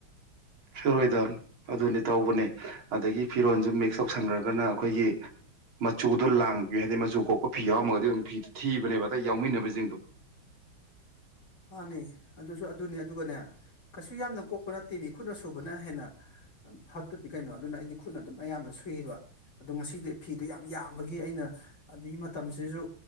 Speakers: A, on the right; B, on the left.
A: ꯁꯨꯔꯣꯏꯗꯕꯅ‌ ꯑꯗꯨꯅꯤ ꯇꯧꯕꯅꯦ ꯑꯗꯒꯤ ꯐꯤꯔꯣꯟꯜꯁꯨ ꯃꯤꯛꯁ ꯇꯧꯁꯟꯈ꯭ꯔꯒꯅ ꯑꯩꯈꯣꯏꯒꯤ ꯃꯆꯨꯗꯣ ꯂꯥꯡ ꯑꯗꯩ ꯃꯆꯨ ꯀꯣꯛꯄ ꯐꯤ ꯌꯥꯎꯔꯝꯃꯒꯗꯤ ꯑꯗꯨꯝ ꯐꯤꯗꫭ ꯊꯤꯕꯅꯦꯕ ꯑꯇꯩ ꯌꯥꯎꯃꯤꯟꯅꯕꯁꯤꯡꯗꯣ
B: ꯃꯥꯅꯤ ꯑꯗꯨꯁꯨ ꯑꯗꯨꯅꯤ ꯑꯗꯨꯒꯅꯦ ꯀꯩꯁꯨ ꯌꯥꯝꯅ ꯀꯣꯛꯄ ꯅꯠꯇꯦꯃꯤ ꯈꯨꯠꯅ ꯁꯨꯕꯅ ꯍꯦꯟꯅ ꯐꯠꯇꯗꯤ ꯀꯩꯅꯣ ꯑꯗꯨꯅ ꯑꯩꯗꯤ ꯈꯨꯠꯅ ꯑꯗꯨꯝ ꯑꯌꯥꯝꯕ ꯁꯨꯏꯕ ꯑꯗꯨ ꯉꯁꯤꯗꯤ ꯐꯤꯗꯨ ꯌꯥꯝ ꯌꯥꯝꯕꯒꯤ ꯑꯩꯅ ꯑꯗꯨꯗꯒꯤ ꯃꯇꯝꯁꯤꯁꯨ